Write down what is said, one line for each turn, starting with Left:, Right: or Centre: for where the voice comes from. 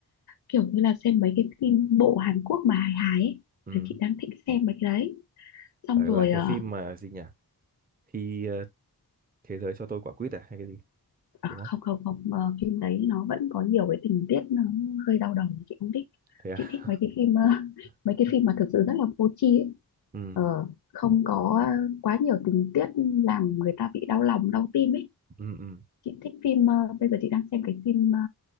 Left: kiểu như là xem mấy cái phim bộ Hàn Quốc mà hài hài ấy
Right: ừ.
Left: Là chị đang thích xem mấy cái đấy xong
Right: Là,
Left: rồi
Right: là cái
Left: ờ,
Right: phim mà gì nhỉ? Khi ờ, thế giới cho tôi quả quýt à hay cái gì?
Left: À,
Right: Đúng không?
Left: không không không ờ, phim đấy nó vẫn có nhiều cái tình tiết nó hơi đau đầu chị không thích
Right: Thế à?
Left: chị thích mấy cái phim ờ, <laughs> mấy
Right: <laughs>
Left: cái phim mà thực sự rất là vô tri ấy.
Right: Ừ,
Left: Ờ, không có ờ, quá nhiều tình tiết làm người ta bị đau lòng đau tim ấy
Right: ừ, ừ,
Left: chị thích phim ờ, bây giờ chị đang xem cái phim ờ,